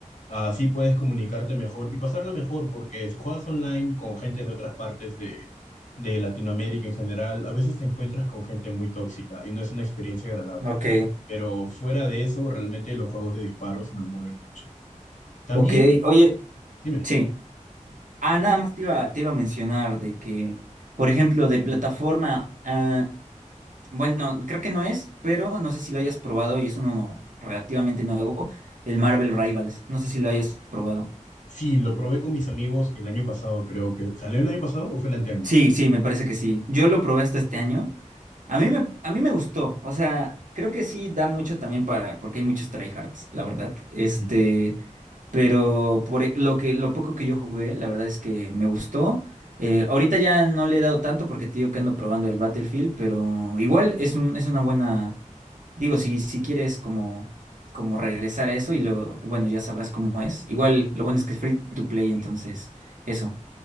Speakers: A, on the left (about 70°); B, on the right (about 75°).
A: Así puedes comunicarte mejor y pasarla mejor porque si juegas online con gente de otras partes de, de Latinoamérica en general, a veces te encuentras con gente muy tóxica y no es una experiencia agradable.
B: ok.
A: Pero fuera de eso, realmente los juegos de disparos me mueven mucho. También
B: Ok, oye,
A: Dime.
B: sí. Ah, nada más te iba, te iba a mencionar de que, por ejemplo, de plataforma, ah, bueno, creo que no es, pero no sé si lo hayas probado y es uno relativamente nuevo, el Marvel Rivals. No sé si lo hayas probado.
A: Sí, lo probé con mis amigos el año pasado, creo que. ¿Salió el año pasado o fue el anteaño?
B: Sí, sí, me parece que sí. Yo lo probé hasta este año. A mí me, a mí me gustó, o sea, creo que sí da mucho también para, porque hay muchos tryhards, la verdad. Este,
A: Ujú,
B: Pero por e- lo que, lo poco que yo jugué, la verdad es que me gustó. Eh, ahorita ya no le he dado tanto porque te digo que ando probando el Battlefield, pero igual es un, es una buena. Digo, si, si quieres como, como regresar a eso y luego, bueno, ya sabrás cómo es. Igual lo bueno es que es free to play, entonces, eso.